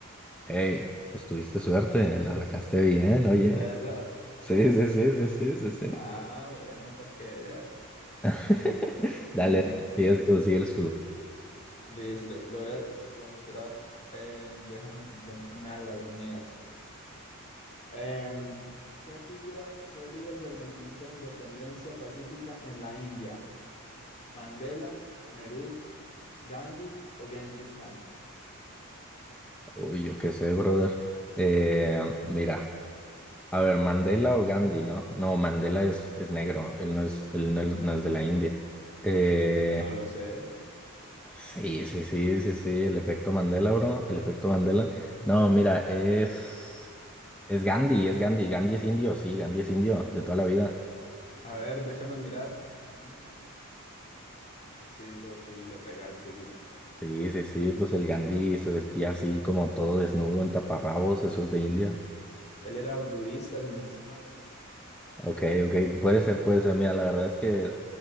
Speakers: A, in the centre; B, on the left.
A: Hey, pues tuviste suerte, la sacaste bien, oye.
B: ¿De verdad?
A: Sí, sí, sí, sí, sí, sí, sí.
B: Ah, bueno, pues que vea.
A: <laughs> Dale,
B: <laughs>
A: sigues tú, sigues tú.
B: Listo, lo voy a mostrar. en- déjame que encuentre una de las mías. Em, ¿qué figura fue líder del movimiento de independencia pacífica en la India? ¿Mandela, Nehru, Gandhi o Genghis Khan?
A: Uy, yo qué sé, brother. Eh, mira, a ver, Mandela o Gandhi, ¿no? No, Mandela es, es negro, él no es, él no es, no es de la India. Eh,
B: No lo sé.
A: sí, sí, sí, sí, sí, el efecto Mandela, bro, el efecto Mandela. No, mira, es, es Gandhi, es Gandhi, Gandhi es indio, sí, Gandhi es indio de toda la vida.
B: A ver, déjame mirar. Mm, Sí, bro, sí, le pegaste, es Gandhi.
A: Sí, sí, sí, pues el Gandhi se vestía así como todo desnudo en taparrabos, eso es de India.
B: Él era budista, si no estoy mal, ¿no?
A: Ok, ok, puede ser, puede ser. Mira, la verdad es que,